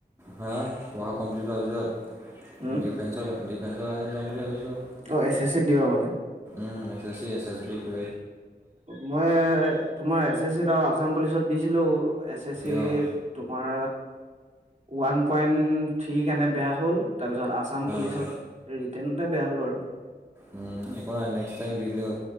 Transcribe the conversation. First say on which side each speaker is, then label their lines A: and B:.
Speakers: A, on the right (about 15°); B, on the right (about 40°).
A: হা পঢ়া কমপ্লিট হোৱাৰ পিছত,
B: উম
A: ডিফেন্সৰ ডিফেন্সৰ লাইন যাম বুলি ভাবিছোঁ উম
B: অ এছ এছ চিত দিবা মানে
A: এ, এছ -এছ- এছ বি কি
B: মই, তোমাৰ এছ -এছ -চ আৰু আছাম পুলিচত দিছিলো এছ- এছ -চিত,
A: অঁ
B: তোমাৰ ওৱান পইণ্ট থ্ৰী কাৰণে বেয়া হ'ল তাৰপিছত, আছাম পুলিচত
A: অঁ
B: ৰিটাৰ্ণতে বেয়া হ'ল বাৰু
A: উম, এই নেক্স টাইম দিল হ'ল